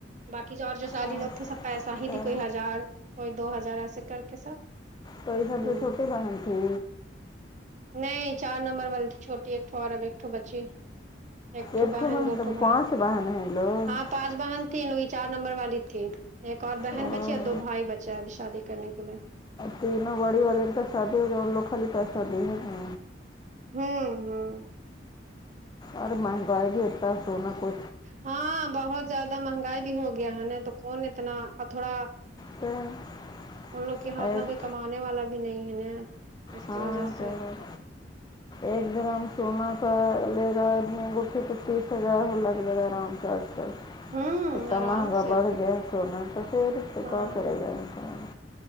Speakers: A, on the right; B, on the left.
A: باقی جو اور جو سالی
B: ہاں،
A: لوگ تھے سب پیسہ ہی
B: ہاں،
A: دی کوئی ہزار کوئی دو ہزار ایسے کر کے سب
B: توئی سب
A: ہوں
B: سے چھوٹی بہن تھی
A: نہیں چار نمبر والی تھی چھوٹی ایکٹھو اور ایکٹو بچی ایکٹو
B: ایک
A: بہن
B: تو
A: دوٹو
B: تو پانچ
A: بھائی
B: بہن ہیں ان لوگ
A: ہاں پانچ بہن تھی ہوئی چار نمبر والی تھی ایک اور بہن
B: اوہ،
A: بچی اور دو بھائی بچے شید شادی کرنے کے لیے
B: تینوں بڑی والے تو شادی ہوگیا ان لوگ خالی پیسادی ہے نا
A: ہوں ہوں
B: اور مہنگائی بھی ہوتا ہے سونا کو
A: ہاں بہت زیادہ مہنگائی بھی ہو گیا ہے نا تو کون اتنا تھوڑا
B: تو
A: ان لوگ کے یہاں
B: ایک
A: اتنا کوئی کمانے والا بھی نہیں ہے نا اس
B: ہاں
A: کی وجہ سے
B: تو ایک گرام سونا کا لے گا پھر تو تیس ہزار لگ جائے گا آرام سے اج کل
A: ہوں
B: کتہ
A: آرام
B: مہنگا
A: سے
B: بڑھ گیا سونا تو پھر تو
A: ہاں
B: کا کرے گا انسان